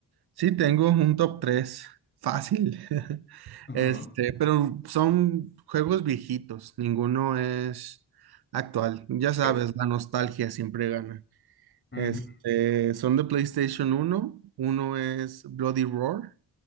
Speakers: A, on the right; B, on the left.
A: Sí, tengo un top 3 fácil. <laughs>
B: Ajá.
A: Este, pero son juegos viejitos, ninguno es actual. Ya sabes,
B: Perf-
A: la nostalgia siempre gana.
B: Ujú.
A: Este, son de PlayStation uno. Uno es Bloody Roar.